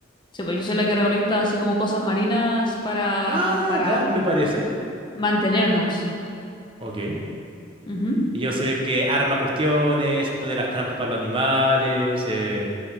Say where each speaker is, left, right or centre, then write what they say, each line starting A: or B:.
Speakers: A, on the left; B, on the right.
A: Sí, pues yo soy la que recolecta así como cosas marinas para,
B: Ah,
A: para
B: ya, me parece.
A: mantenernos.
B: Ok.
A: Ujú.
B: Y yo soy el que arma cuestiones, pone las trampas para los animales. eh,